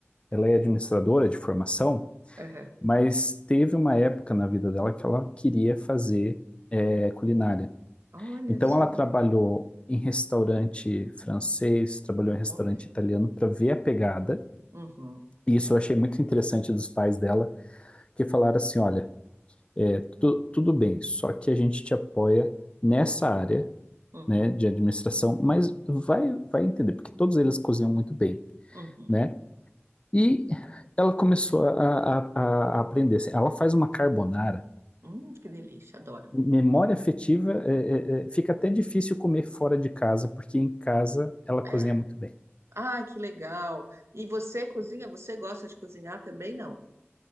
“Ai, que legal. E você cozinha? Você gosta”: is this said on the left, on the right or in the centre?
Right